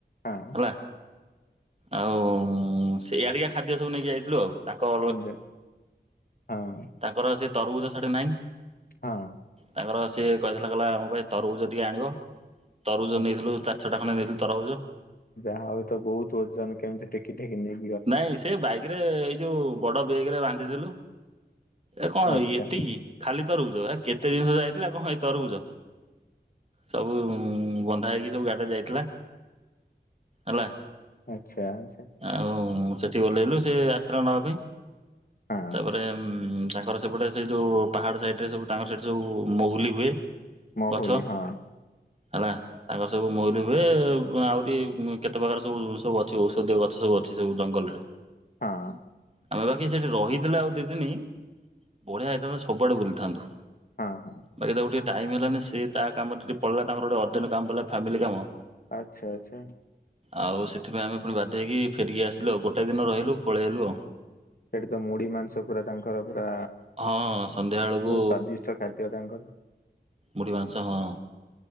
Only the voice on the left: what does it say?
ହଁ।
ଯା ହଁ
ହଁ।
ଆଚ୍ଛା।
ଯାହା ହଉ ତ ବହୁତ ଓଜନ କେମିତି ଟେକି ଟେକି ନେଇ
ଆଚ୍ଛା
ଆଚ୍ଛା ଆଚ୍ଛା।
ହଁ
ମହୁଲି
ହଁ
ହଁ।
ହଁ ହଁ
ଆଚ୍ଛା ଆଚ୍ଛା।
ସେଠି ତ ମୁଢି ମାଂସ ପୁରା ତାଙ୍କର ପୁରା
ବହୁତ ସ୍ଵାଦିଷ୍ଟ ଖାଦ୍ୟ ତାଙ୍କର।